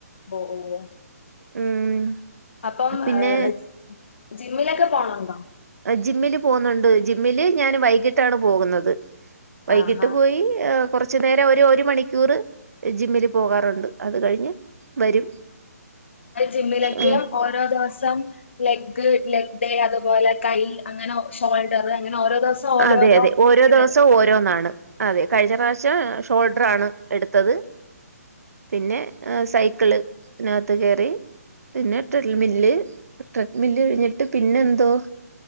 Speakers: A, on the left (about 45°); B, on the right (about 65°).
A: ഓ ഓ
B: ഉം
A: അപ്പം
B: പിന്നെ
A: ഏ ജിമ്മിലൊക്കെ പോണണ്ടോ.
B: ജിമ്മില് പോകുന്നുണ്ട്. ജിമ്മില് ഞാൻ വൈകിട്ടാണ് പോകുന്നത് വൈകിട്ട്
A: ആഹാ
B: പോയി ഹെ കുറച്ചു നേരം ഒരു ഒരു മണിക്കൂറ് ജിമ്മില് പോകാറുണ്ട്. അത് കഴിഞ്ഞ് വരും.
A: അഹ് ജിമ്മിലൊക്കെ
B: ഉം.
A: ഓരോ ദിവസം. ലെഗ്ഗ് ലെഗ്ഡെ അതുപോലെ കൈ അങ്ങനെ ഒ ഷോൾഡർ അങ്ങനെ ഓരോ ദിവസം ഓരോഓരോ
B: അതെ അതെ ഓരോ
A: ഇതാ
B: ദിവസം ഓരോന്നാണ്. അതെ കഴിഞ്ഞ പ്രാവശ്യം ഷോൾഡർ ആണ് എടുത്തത്. പിന്നെ സൈക്കിള് നകത്ത് കേറി. പിന്നെ ട്രൽമില്ല് ട്രഡ്മില്ല് കഴിഞ്ഞിട്ട് പിന്നെന്തോ.